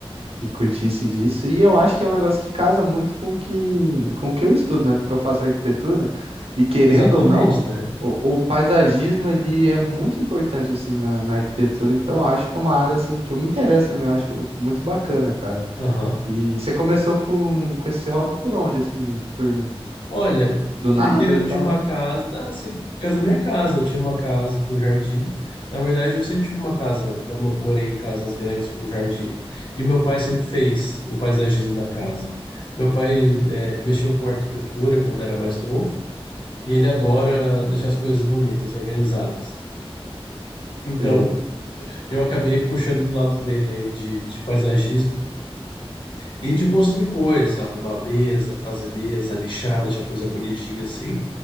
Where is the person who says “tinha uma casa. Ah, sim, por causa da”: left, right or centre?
Left